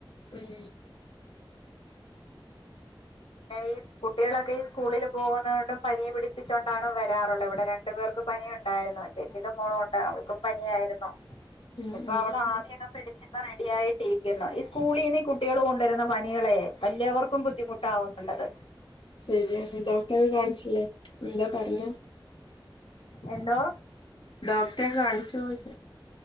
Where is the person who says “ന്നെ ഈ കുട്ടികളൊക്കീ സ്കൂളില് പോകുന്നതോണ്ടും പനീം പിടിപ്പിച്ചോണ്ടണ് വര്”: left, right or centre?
Left